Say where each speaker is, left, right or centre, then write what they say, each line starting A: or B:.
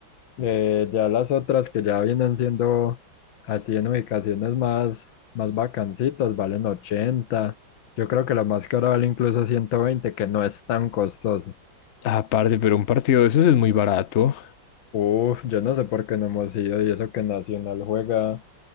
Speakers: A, on the left; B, on the left.
A: Eh, ya las otras que ya vienen siendo así en ubicaciones más, más bacancitas, valen ochenta Yo creo que la más cara vale incluso ciento veinte que no es tan costoso.
B: Ah, parce, pero un partido de esos es muy barato.
A: Uf, yo no sé por qué no hemos ido y eso que Nacional juega